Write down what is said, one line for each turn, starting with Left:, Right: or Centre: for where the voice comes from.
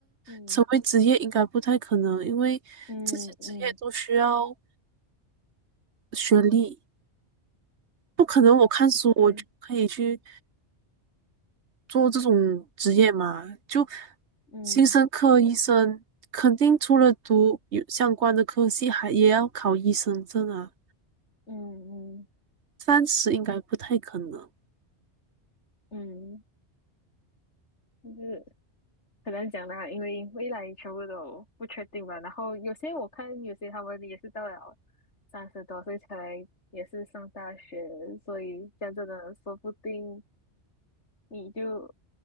Left: 嗯
Right: 成为职业应该不太可能，因为这些职业都需要
Left: 嗯嗯，
Right: 学历，不可能我看书我就可以去
Left: 对，
Right: 做这种职业嘛，就
Left: 嗯
Right: 精生、科医生肯定除了读有相关的科系，还也要考医生证啊。
Left: 嗯嗯
Right: 三十应该不太可能。
Left: 嗯，就是很难讲啦，因为未来全部都不确定吧。然后有些我看，有些他们也是到了三十多岁才也是上大学，所以讲真的，说不定你就